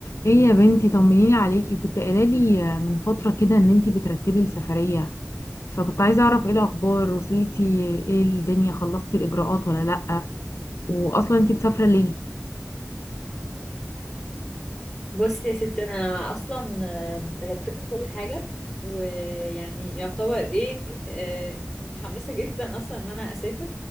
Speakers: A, on the left; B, in the centre.
A: ايه يا بنتي طمنيني عليكي كنت قايله لي من فتره كده ان انتي بترتبي السفريه فكنت عايزه اعرف ايه الاخبار وصلتي ايه الدنيا خلصتي الاجراءات ولا لا واصلا انتي مسافره ليه
B: بصي يا ستي انا اصلا آه، رتبت كل حاجه ويعني يعتبر ايه آه، متحمسه جدا اصلا ان انا اسافر